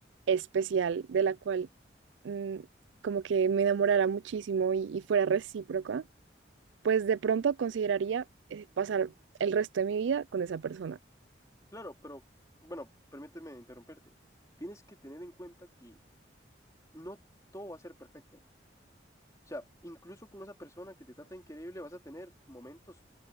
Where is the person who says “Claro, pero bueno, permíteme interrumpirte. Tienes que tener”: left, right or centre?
Left